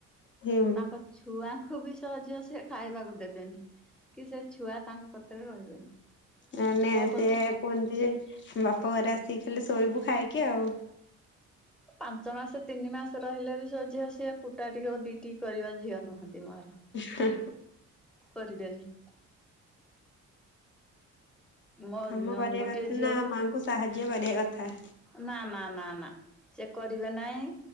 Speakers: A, on the left; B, in the centre.
A: ହେ
B: ତାଙ୍କ ଛୁଆଙ୍କୁ ବି ସହଜ ସେ ଖାଇବାକୁ ଦେବେନି। କି ସେ ଛୁଆ ତାଙ୍କ କତିରେ ରହିବେନି।
A: ମାନେ
B: ମୋ
A: ସେ
B: ପଛେ
A: କୁହନ୍ତି ଯେ ବାପା ଘରେ ଆସିକି ଖାଲେ ଶୋଇବୁ ଖାଇକି ଆଉ।
B: ପାଞ୍ଚ ମାସ ତିନି ମାସ ରହିଲେ ବି ସେ ଝିଅ ସିଏ କୁଟା ଟିକେ ଦିଟି କରିବା ଝିଅ ନୁହଁନ୍ତି ମୋର।
A: ହ।
B: କରିବେନି। ମୋ
A: କାମ କରିବା
B: ଗୋଟିଏ
A: କଥା
B: ଝିଅକୁ
A: ନା ମାଆଙ୍କୁ ସାହାଯ୍ୟ କରିବା କଥା।
B: ନା ନା ନା ନା ସେ କରିବେ ନାଇଁ।